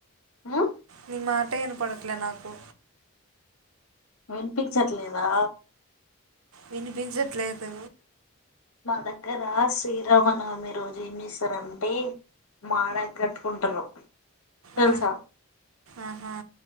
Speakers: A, on the left (about 85°); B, on the right (about 75°).
A: ఆ
B: నీ మాట వినపడట్లే నాకు
A: వినిపించట్లేదా
B: వినిపించట్లేదు
A: మా దగ్గర శ్రీరామనవమి రోజు ఏమి చేస్తారంటే మాడాకులు కట్టుకుంటారు తెల్సా
B: ఆ, ఆహా.